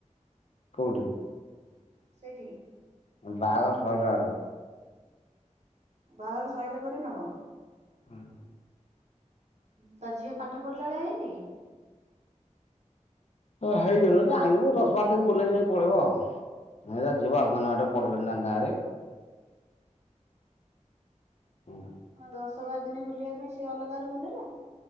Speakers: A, on the left; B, on the right.
A: କୋଉଠି?
B: ସେଇଠିକି।
A: ବାହାଘର ସରିଲା ଆଡୁ
B: ବାହାଘର ସଇଲା ପରେ ନବ।
A: <inaudible>
B: ତା ଝିଅ ପାଠ ପଢ଼ିଲା ଭଳିଆ ହେଇନି କି?
A: ତ ହେଇଗଲାଣି ଆଇବୁ ଦଶ ବାର ଦିନ ବୁଲେଇ ନେଇ ପଳେଇବ ଆଉ ନାଇଁ ଯିବ ଅଙ୍ଗନବାଡି ପଡିଲାଣି ତାଙ୍କ ଗାଁରେ। ହୁଁ
B: ହଁ ଦଶ ବାର ଦିନ ବୁଲିବା ପାଇଁ ସେ ଅଲଗା ରୁମ୍ ନେଲା।